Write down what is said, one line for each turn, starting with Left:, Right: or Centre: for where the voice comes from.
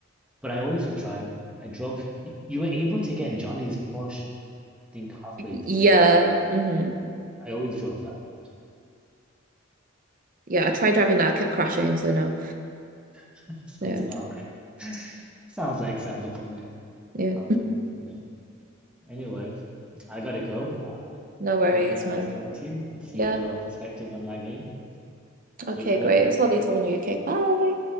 Centre: but I always would drive. I drove. You, you were able to get Johnny's Porsche, I think, halfway
Right: yeah,
Centre: through.
Right: mm-hmm.
Centre: I always drove that around.
Right: Yeah, I tried driving that, I kept crashing, so no.
Centre: <laughs> Sounds
Right: Yeah,
Centre: about right. Sounds like Cyberpunk.
Right: yeah.
Centre: Um, yeah. Anyway, I gotta go. Uh,
Right: No worries,
Centre: it was very nice
Right: man.
Centre: talking to you and seeing
Right: Yeah.
Centre: your perspective on that game. Take
Right: Okay,
Centre: care.
Right: great. It was lovely talking to you. Okay, bye.